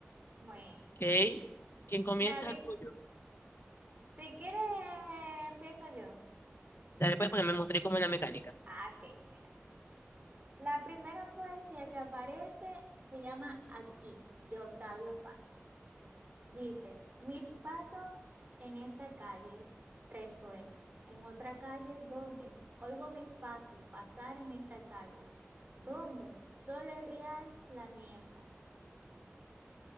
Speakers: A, on the right (about 35°); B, on the left (about 55°).
A: Bueno,
B: Ok. ¿Quién comienza?
A: me aviso.
B: El tuyo.
A: Si quieres, empiezo yo.
B: Dale, pues, porque me mostré cómo es la mecánica.
A: Ah, ok. mira. La primera poesía que aparece se llama Aquí, de Octavio Paz. Dice, mis pasos en esta calle resuenan, en otra calle, ¿dónde? Oigo mis pasos pasar en esta calle, ¿dónde? Sole real la niebla.